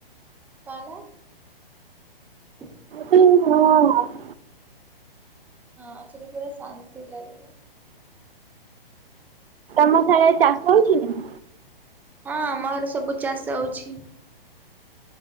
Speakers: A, in the centre; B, on the right (about 70°).
A: କ ହେଲା? <inaudible>
B: ହଁ ହଁ। <unintelligible>
A: ହଁ ସେଠୀ ପୁରା ଶାନ୍ତିଲାଗିବ।
B: ମ ସିଆଡେ ଚାଷ ହୋଉଛି ନା? <unintelligible>
A: ହଁ ଆମ ଘର ସବୁ ଚାଷ ହଉଛି।